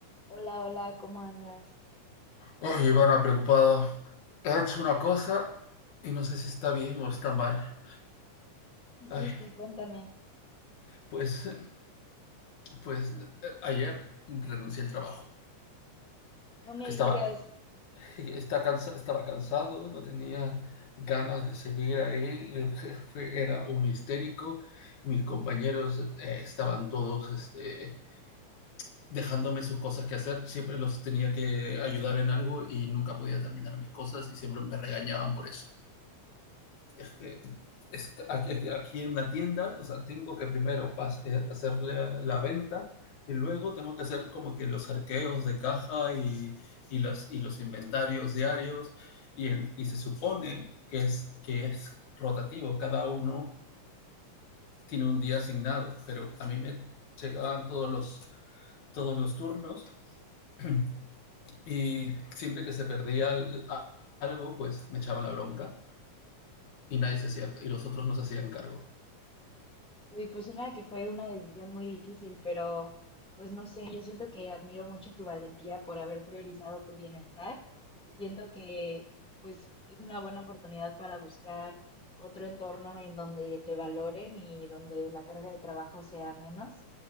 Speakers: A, in the centre; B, on the left (about 65°).
A: Hola, hola, ¿cómo andas?
B: Oye, Ivana, preocupado. He hecho una cosa y no sé si está bien o está mal.
A: ¿Qué hiciste?
B: Ay,
A: Cuéntame.
B: pues, pues eh, ayer renuncié al trabajo.
A: No me
B: estaba,
A: digas,
B: está cansa- estaba cansado, no tenía ganas de seguir ahí. El jefe era un histérico. Mis compañeros eh, estaban todos este, dejándome sus cosas que hacer. Siempre los tenía que ayudar en algo y nunca podía terminar mis cosas y siempre me regañaban por eso. es que es aquí, aquí, en la tienda, o sea, tengo que primero pas, eh, hacer la, la, venta y luego tengo que hacer como que los arqueos de caja y, y, las, y los inventarios diarios y, y, se supone que es, que es rotativo, cada uno tiene un día asignado, pero a mí me llegaban todos los, todos los turnos <clears throat> y siempre que se perdía algo, pues me echaban la bronca y nadie se hacía, y los otros no se hacían cargo.
A: uy, pues una que fue una decisión muy difícil, pero pues no sé, yo siento que admiro mucho tu valentía por haber priorizado tu bienestar y siento que pues es una buena oportunidad para buscar otro entorno en donde te valoren y donde la carga de trabajo sea menos,